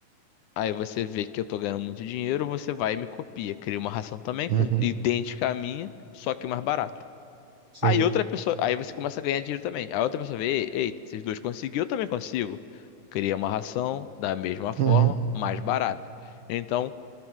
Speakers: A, on the left; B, on the right.
A: Aí você vê que eu tô ganhando muito dinheiro, você vai e me copia, cria uma ração também
B: Uhum,
A: com idêntica à minha, só que mais barata.
B: sim,
A: Aí outra pessoa, aí você começa a ganhar dinheiro também. Aí outra pessoa vê, ei, ei, vocês dois conseguiram, eu também consigo. Cria uma ração da mesma forma,
B: Uhum,
A: mais barata. Então,